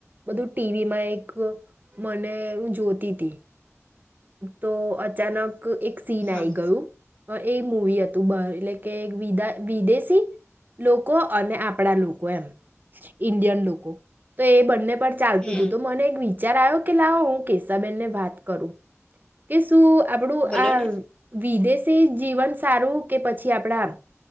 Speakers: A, on the right; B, on the left.
A: બધું ટીવીમાં એક મને હું જોતી તી તો અચાનક એક સીન
B: હા
A: આઈ ગયું. એ મુવી હતું બ એટલે કે એક વિદા વિદેશી લોકો અને આપણા લોકો એમ ઇન્ડિયન લોકો તો એ બંને પર ચાલતું
B: હમ
A: તું તો મને એક વિ વીચાર આયો કે લાવો હું કેસાબેનને વાત કરું. કેસ તું આપણું
B: બોલો
A: આ
B: ને
A: વિદેશ તે જીવન સારું કે પછી આપણા